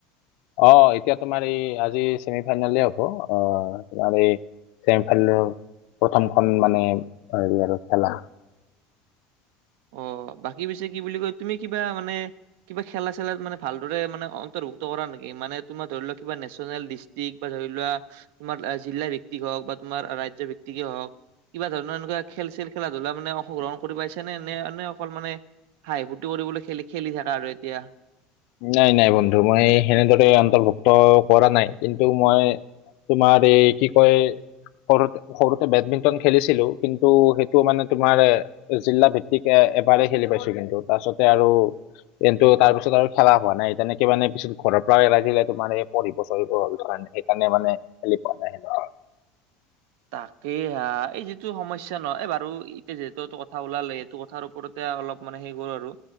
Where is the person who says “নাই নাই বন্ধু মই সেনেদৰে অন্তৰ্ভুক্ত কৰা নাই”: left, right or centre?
Left